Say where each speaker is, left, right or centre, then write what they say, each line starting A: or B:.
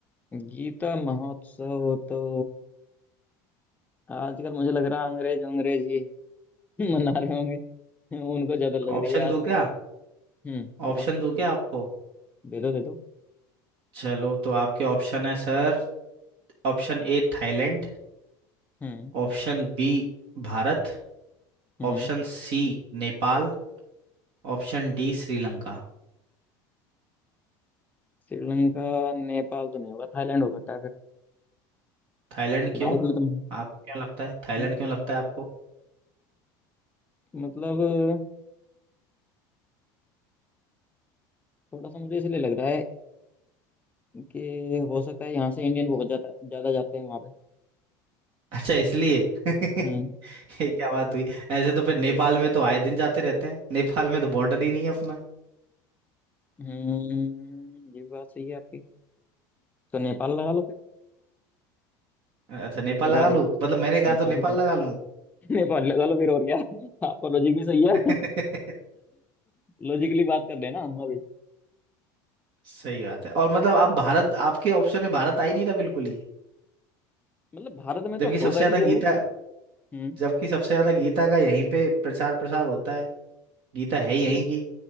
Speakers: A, on the left; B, on the right.
A: गीता महोत्सव तो आजकल मुझे लग रहा है अंग्रेज अंग्रेज ही <laughs> मना रहे होंगे उनको ज्यादा लग
B: ऑप्शन
A: रही है
B: दूं
A: आजकल
B: क्या
A: हम्म बताओ
B: ऑप्शन दूं क्या आपको
A: दे दो दे दो
B: चलो तो आपके ऑप्शन है sir option A Thailand
A: हम्म
B: option B Bharat
A: हम्म
B: option C Nepal option D Sri Lanka
A: श्रीलंका नेपाल तो नहीं होगा थाईलैंड हो सकता है फिर
B: Thailand क्यों
A: भारत में तो
B: आप क्या लगता है थाईलैंड
A: हम्म,
B: क्यों लगता है आपको
A: मतलब थोड़ा सा मुझे इसलिए लग रहा है कि हो सकता है यहाँ से इंडियन बहुत ज्यादा ज्यादा जाते हैं वहां पे
B: अच्छा इसलिए <laughs> ये
A: हम्म
B: क्या बात हुई ऐसे तो फिर नेपाल में तो आए दिन जाते रहते हैं नेपाल में तो बॉर्डर ही नहीं है अपना
A: हम्म ये बात सही है आपकी तो नेपाल लगा लो फिर
B: अच्छा नेपाल
A: नेपाली
B: लगा लूं मतलब मैंने कहा
A: नेपाली
B: तो नेपाल लगा
A: <laughs> नेपाल लगा लो फिर और क्या <laughs> आपका लॉजिक भी सही है
B: <laughs>
A: लॉजिकली बात कर लेना हम अभी
B: सही बात है और मतलब आप भारत आपके ऑप्शन में भारत आ ही नहीं था बिल्कुल ही
A: मतलब भारत में
B: जबकि
A: तो
B: सबसे
A: होगा
B: ज्यादा
A: ही जरूर
B: गीता
A: हम्म
B: जबकि सबसे ज्यादा गीता का यहीं पे प्रचार प्रसार होता है गीता है ही यहीं
A: नहीं
B: की